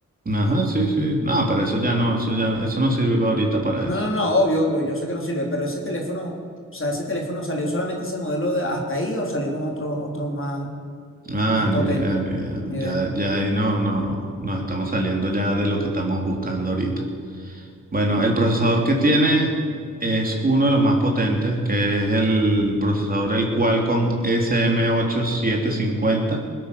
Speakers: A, on the right; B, on the left.
A: Ajá,
B: El-
A: sí, sí. No, pero eso ya no, eso ya, eso no sirve ahorita para
B: No,
A: eso.
B: no, no, obvio, obvio, yo sé que no sirve, pero ese teléfono, o sea, ese teléfono salió solamente ese modelo de hasta ahí o salieron otros, otros más,
A: Ah,
B: más potentes.
A: ni idea, ni idea.
B: Ni idea.
A: Ya, ya ahí no, no, nos estamos saliendo ya de lo que estamos buscando ahorita. Bueno, el procesador que tiene es uno de los más potentes, que es el procesador el Qualcomm SM8750,